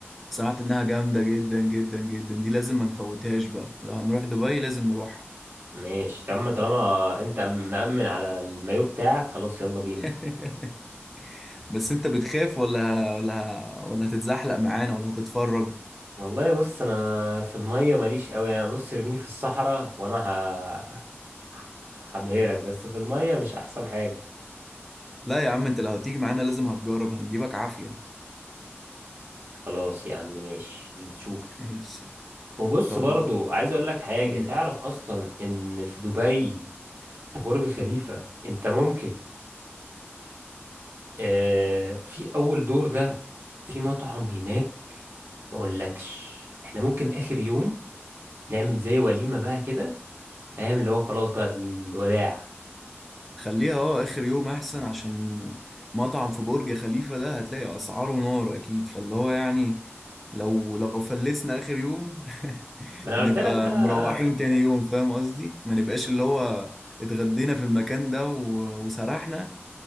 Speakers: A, in the centre; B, on the right (about 55°).
A: سمعت انها جامدة جدا جدا جدا دي لازم ما نفوتهاش بقى لو هنروح دبي لازم نروحها
B: ماشي تم طالما انت مأمن على المايو بتاعك خلاص يلا بينا
A: <laughs> بس انت بتخاف ولا ولا ولا هتتزحلق معانا ولا هتتفرج
B: والله بص انا في المية ماليش قوي يعني بص ارميني في الصحراء وانا ه... هبهرك بس في المية مش احسن حاجة
A: لا يا عم انت لو هتيجي معانا لازم هتجرب هنجيبك عافية
B: خلاص يا عم ماشي اللي تشوفه
A: <laughs> ماشي
B: وبص
A: طب
B: برضو عايز اقول لك حاجة
A: قول
B: تعرف
A: لي
B: اصلا ان في دبي في برج خليفة انت ممكن آه في اول دور ده في مطعم هناك ما اقولكش احنا ممكن اخر يوم نعمل زي وليمة بقى كده فاهم اللي هو خلاص بقى الوداع
A: خليها اه اخر يوم احسن عشان مطعم في برج خليفة ده هتلاقي اسعاره نار اكيد فاللي هو يعني لو لو فلسنا اخر يوم <laughs>
B: ما انا قلت
A: نبقى
B: لك بقى
A: مروحين تاني يوم فاهم قصدي ما نبقاش اللي هو اتغدينا في المكان ده و- وسرحنا